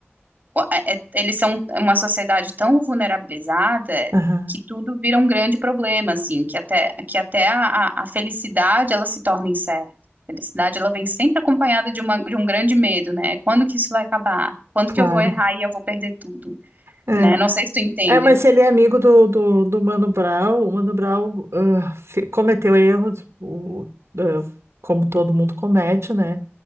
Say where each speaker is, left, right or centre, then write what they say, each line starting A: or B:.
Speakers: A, on the right; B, on the right.
A: o- é- é- eles são uma sociedade tão vulnerabilizada
B: aham,
A: que tudo vira um grande problema, assim, que até, que até a, a- a felicidade ela se torna incerta. A felicidade ela vem sempre acompanhada de, uma, de um grande medo, né? Quando que isso vai acabar? Quando
B: claro,
A: que eu vou errar e eu vou perder tudo,
B: é.
A: né? Não sei se tu entende.
B: É, mas se ele é amigo do, do, do Mano Brown, o Mano Brown ah, fe- cometeu erros, o- ah, como todo mundo comete, né?